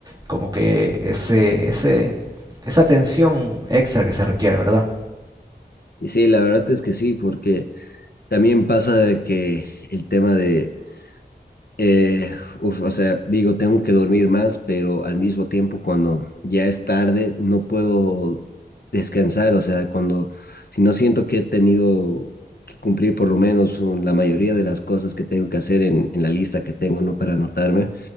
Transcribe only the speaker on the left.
Y sí, la verdad es que sí, porque también pasa de que el tema de, eh, uf, o sea, digo, tengo que dormir más, pero al mismo tiempo cuando ya es tarde, no puedo descansar, o sea, cuando, si no siento que he tenido que cumplir por lo menos uh, la mayoría de las cosas que tengo que hacer en, en la lista que tengo, ¿no? Para anotarme